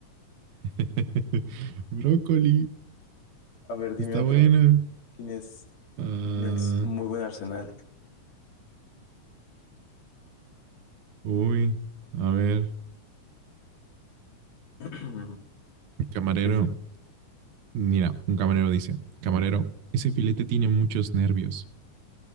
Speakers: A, on the right (about 80°); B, on the left (about 80°).
A: <laughs> Brócoli.
B: A ver, dime
A: Está
B: otro.
A: buena.
B: Tienes,
A: Ah,
B: tienes un muy buen arsenal.
A: uy. A ver.
B: <clears throat>
A: Camarero.
B: Por ejemplo.
A: Mira, un camarero dice, camarero, ese filete tiene muchos nervios.